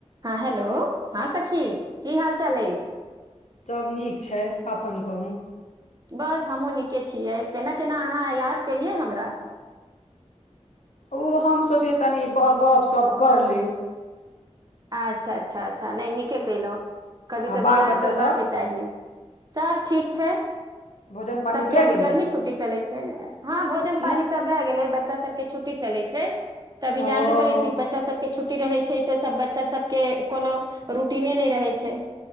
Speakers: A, on the right (about 35°); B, on the left (about 80°).
A: हँ हेलो हँ सखी की हाल चाल अछि
B: सभ नीक छै अपन कहू
A: बस हमहुँ नीके छियै केना केना अहाँ याद केलियै हमरा
B: ओ हम सोचलियै तनि गप शप कर लेहुँ
A: अच्छा अच्छा अच्छा नय नीके कलहु कभी
B: आ
A: कभी
B: बाल
A: याद
B: बच्चासभ
A: करबाकाे चाही सब ठीक छै
B: भोजन पानि
A: सबके
B: भए
A: अभी
B: गेलै
A: गर्मी छुट्टी चलै छै ने हँ भोजन पानी
B: नहि
A: सब भए गेलै बच्चा सब के छुट्टी चले छै तऽ अी
B: ओ
A: जानबे करे छै बच्चा सब के छुट्टी रहे छै तऽ सब बच बच्चा सबके कोनो रूटीने नय रहै छै